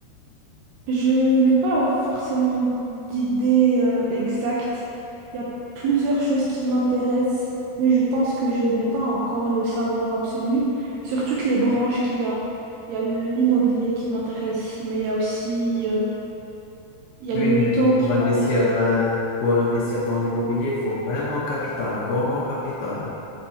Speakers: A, on the right; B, on the left.
A: Je n'ai pas forcément d'idée euh, exacte. Il y a plusieurs choses qui m'intéressent, mais je pense que je n'ai pas encore le savoir absolu sur toutes les branches qu'il y a. Il y a l'immobilier qui m'intéresse, mais il y a aussi euh, il y
B: Tu
A: a les
B: as une
A: métaux
B: idée Pour
A: qui
B: investir,
A: m'intéressent.
B: euh, pour investir dans l'immobilier, il faut vraiment un capital, un grand, grand capital.